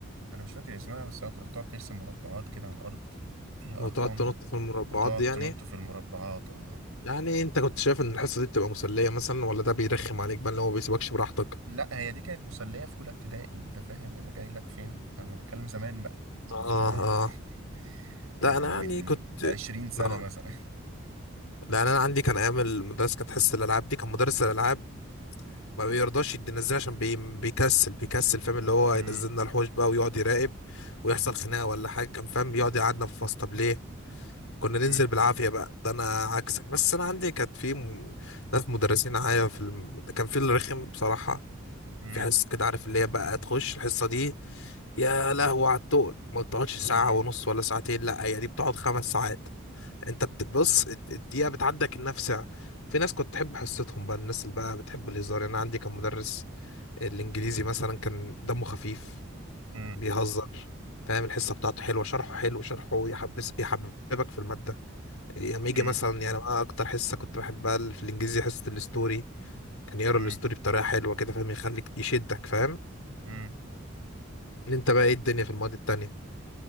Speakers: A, on the right (about 90°); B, on the left (about 85°).
A: انا مش فاكر اسمها بس هو كانت بتقعد ترسم مربعات كده على الارض فيها
B: وتقعد
A: ارقام
B: تنط في المربعات
A: وتقعد
B: دي يعني
A: تنط في المربعات اه
B: يعني انت كنت شايف ان الحصة دي بتبقى مسلية مثلا ولا ده بيرخم عليك بقى اللي هو بيسيبكش براحتك
A: لا هي دي كانت مسلية في اولى ابتدائي انت فاهم انا جاي لك فين انا بتكلم زمان بقى زمان
B: اه
A: زمان
B: اه
A: <laughs> يعني
B: لا انا
A: من
B: يعني كنت
A: عشرين سنة
B: اه
A: مثلا
B: لا انا عندي كان ايام المدرسة كانت حصة الالعاب دي كان مدرس الالعاب ما بيرضاش ينزلنا عشان بي... بيكسل بيكسل فاهم اللي هو
A: امم
B: ينزلنا الحوش بقى ويقعد يراقب ويحصل خناقة ولا حاجة كان فاهم بيقعد يقعدنا في الفصل طب ليه كنا
A: امم
B: ننزل بالعافية بقى ده انا عكسك بس انا عندي كانت في م... ناس مدرسين معايا في الم... كان في اللي رخم بصراحة
A: امم
B: في حصة كده عارف اللي هي بقى تخش الحصة دي يا لهوي على التقل ما بتقعدش ساعة
A: امم
B: ونص ولا ساعتين لا هي دي بتقعد خمس ساعات انت بتبص الد- الدقيقة بتعدى كأنها في ساعة في ناس كنت تحب حصتهم بقى الناس اللي بقى بتحب الهزار يعني انا عندي كان مدرس الانجليزي مثلا كان دمه خفيف
A: امم
B: بيهزر فاهم الحصة بتاعته حلوة شرحه حلو شرحه يحبس يحببك في المادة لما يجي
A: امم
B: مثلا يعني انا اكتر حصة كنت بحبها في الانجليزي حصة الستوري كان يقرا
A: امم
B: الستوري بطريقة حلوة كده فاهم يخليك يشدك فاهم
A: امم
B: ان انت بقى ايه الدنيا في المواد التانية